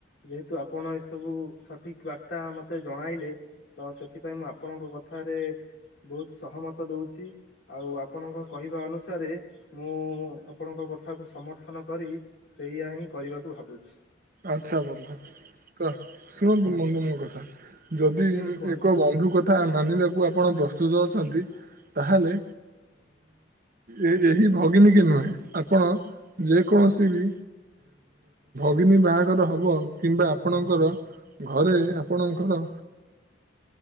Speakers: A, on the left; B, on the right.
A: ଯେହେତୁ ଆପଣ ଏସବୁ ସଠିକ ବାର୍ତ୍ତା ମତେ ଜଣାଇଲେ ତ ସେଥିପାଇଁ, ମୁଁ ଆପଣଙ୍କ କଥାରେ ବହୁତ ସହମତ ଦଉଚି, ଆଉ ଆପଣଙ୍କ କହିବା ଅନୁ ଅନୁସାରେ, ମୁଁ ଆପଣଙ୍କ କଥାକୁ ସମର୍ଥନ କରି ସେଇଆ ହିଁ କରିବାକୁ ଭାବୁଚି।
B: ଆଛା, ବନ୍ଧୁ ତ ଶୁଣନ୍ତୁ ବନ୍ଧୁ ମୋ କଥା, ଯଦି
A: ହୁଁ କୁହନ୍ତୁ
B: ଏକ ବନ୍ଧୁ କଥା ଥା ମାନିବାକୁ ଆପଣ ପ୍ରସ୍ତୁତ ଅଛନ୍ତି, ତାହେଲେ ଏ ଏହି ଭଗିନୀ କି ନୁହେଁ, ଆପଣ ଯେ କୌଣସି ବି ଅଗିନି ବାହାଘର ହବ କିମ୍ବା ଆପଣଙ୍କର ଘରେ, ଆପଣଙ୍କର